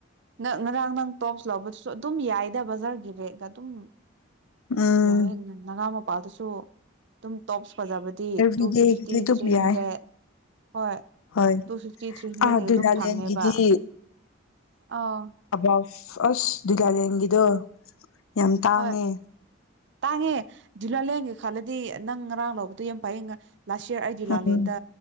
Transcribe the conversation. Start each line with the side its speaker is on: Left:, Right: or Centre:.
Right: ꯅꯪ ꯉꯔꯥꯡ ꯅꯪ ꯇꯣꯞꯁ ꯂꯧꯕꯗꯨꯁꯨ ꯑꯗꯨꯝ ꯌꯥꯏꯗ ꯕꯖꯥꯔꯒꯤ ꯕꯦꯒ ꯑꯗꯨꯝ
Left: ꯎꯝ
Right: ꯌꯥꯏꯌꯦꯅ ꯅꯅꯥꯎꯅꯨ ꯃꯄꯥꯗꯁꯨ ꯑꯗꯨꯝ ꯇꯣꯞꯁ ꯐꯖꯕꯗꯤ
Left: ꯑꯦꯕ꯭ꯔꯤꯗꯦꯒꯤꯗꯤ
Right: ꯇꯨ ꯐꯤꯐꯇꯤ
Left: ꯑꯗꯨꯝ
Right: ꯊ꯭ꯔꯤ ꯍꯟꯗ꯭ꯔꯦꯠ
Left: ꯌꯥꯏ
Right: ꯍꯣꯏ
Left: ꯍꯣꯏ
Right: ꯇꯨ ꯐꯤꯐꯇꯤ ꯊ꯭ꯔꯤ ꯍꯟꯗ꯭ꯔꯦꯗꯒꯤ
Left: ꯑꯥ ꯗꯨꯂꯥꯂꯦꯟꯒꯤꯗꯤ
Right: ꯑꯗꯨꯝ ꯐꯪꯉꯦꯕ ꯑꯥ
Left: ꯑꯁ ꯑꯁ ꯗꯨꯂꯥꯂꯦꯟꯒꯤꯗꫭ ꯌꯥꯝ ꯇꯥꯡꯉꯦ
Right: ꯍꯣꯏ ꯇꯥꯡꯉꯦ ꯗꯨꯂꯥꯂꯦꯟꯒꯤ ꯈꯜꯂꯗꯤ ꯅꯪ ꯉꯔꯥꯡ ꯂꯧꯕꯗꯣ ꯌꯥꯝ ꯐꯩ ꯂꯥꯁ ꯌꯔ ꯑꯩ ꯗꯨꯂꯥꯂꯦꯟꯗ
Left: ꯎꯝ